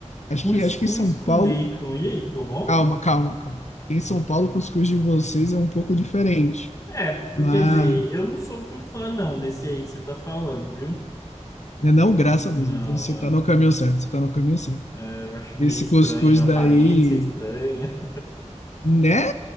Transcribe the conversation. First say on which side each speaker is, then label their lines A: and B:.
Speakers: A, on the left (about 65°); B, on the left (about 25°).
A: Acho
B: Cuscuz
A: que, acho que em São Paulo.
B: com bacon. E aí, ficou bom?
A: Calma, calma, calma. Em São Paulo, o cuscuz de vocês é um pouco diferente.
B: É,
A: Mas,
B: quer dizer, eu não sou muito fã, não, desse aí que você tá falando, viu?
A: né, não, graças
B: Não,
A: a Deus. Então você
B: não.
A: tá no caminho certo, você tá no caminho certo.
B: É, Eu acho
A: Esse
B: meio estranho.
A: cuscuz
B: A
A: daí,
B: aparência é estranha.
A: né?